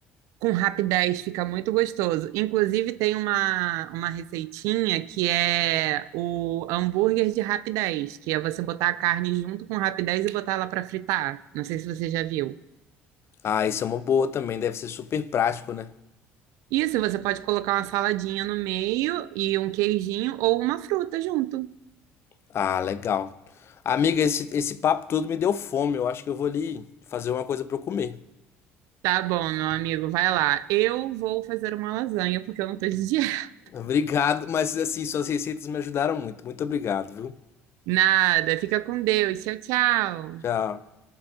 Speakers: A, on the right (about 75°); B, on the left (about 50°).
A: com rapidez fica muito gostoso. Inclusive, tem uma, uma receitinha que é o hambúrguer de rapidez, que é você botar a carne junto com o rapidez e botar ela para fritar. Não sei se você já viu.
B: Ah, isso é uma boa também, deve ser super prático, né?
A: Isso, você pode colocar uma saladinha no meio e um queijinho ou uma fruta junto.
B: Ah, legal. Amiga, esse, esse papo todo me deu fome, eu acho que eu vou ali fazer uma coisa para eu comer.
A: Tá bom, meu amigo, vai lá. Eu vou fazer uma lasanha porque eu não tô de dieta.
B: Obrigado, mas assim, suas receitas me ajudaram muito. Muito obrigado, viu?
A: <laughs> Nada, fica com Deus. Tchau, tchau.
B: Tchau.